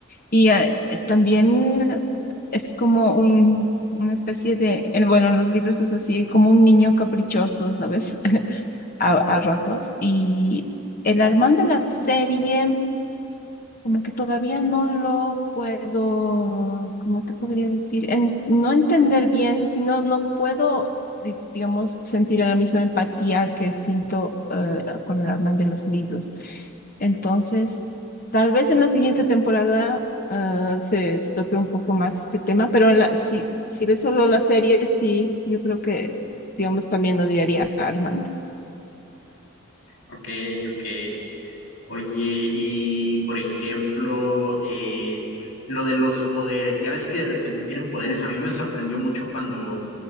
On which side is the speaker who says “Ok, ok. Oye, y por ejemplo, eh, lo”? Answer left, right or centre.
Left